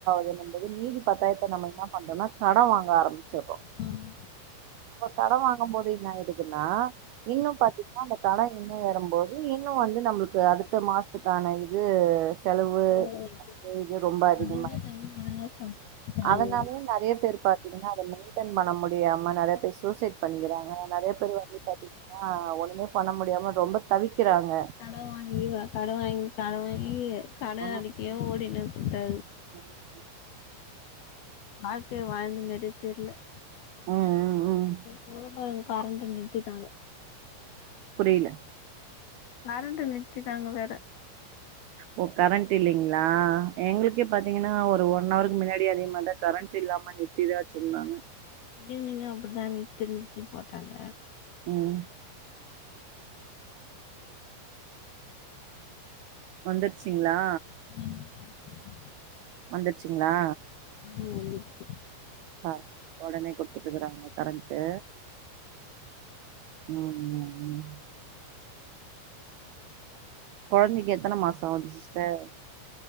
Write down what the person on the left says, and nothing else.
ஆமா
வந்து நிக்கு
அதோட டபுள் மடங்கா செலவு
வரு
கட வாங்கி கட வாங்கி கட வாங்கி கட
அடைக்கவே ஓடினு இருக்கர்தா
வாழ்க்கைய வாழ்ந்த மாரியே தெர்ல
இன்னைக்கு பொழுது கரண்டு நிறுத்திட்டாங்க
கரண்டு நிறுத்திட்டாங்க வேற
ஈவ்னிங்கு அப்டிதா நிறத்தி நிறத்தி போட்டாங்க
<unintelligible>
ம் வந்துர்ச்சு